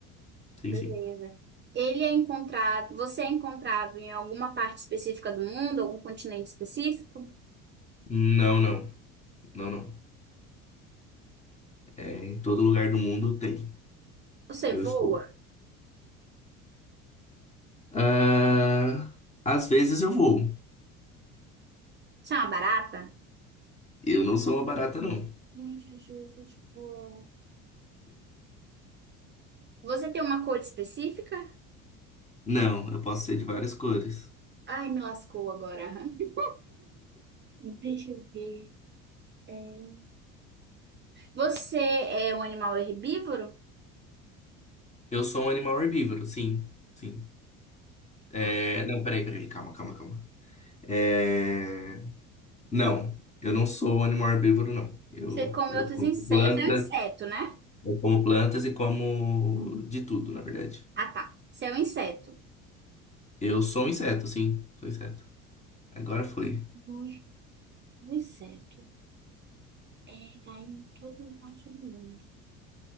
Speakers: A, on the left; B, on the right.
A: Sim,
B: Beleza.
A: sim.
B: Ele é encontrado, você é encontrado em alguma parte específica do mundo, algum continente específico?
A: Não, não. Não, não. É, em todo lugar do mundo tem.
B: Você
A: Eu
B: voa?
A: estou. Ah, às vezes eu vou.
B: Você é uma barata?
A: Eu não sou uma barata, não.
B: Gente, deixa eu ver se eu te voa. Você tem uma cor específica?
A: Não, eu posso ser de várias cores.
B: Ai, me lascou agora. <laughs> Deixa eu ver. É, Você é um animal herbívoro?
A: Eu sou um animal herbívoro, sim. Sim. É...
B: Tá.
A: Não, peraí, peraí. Calma, calma, calma. É, Não, eu não sou um animal herbívoro, não. Eu,
B: Você come
A: eu
B: outros
A: como
B: insetos.
A: planta,
B: Você é um inseto, né?
A: eu como plantas e como de tudo, na verdade.
B: Ah, tá. Você é um inseto.
A: Eu sou um inseto, sim, sou inseto. Agora foi.
B: Hoje, um inseto é, tá em todo parte do mundo.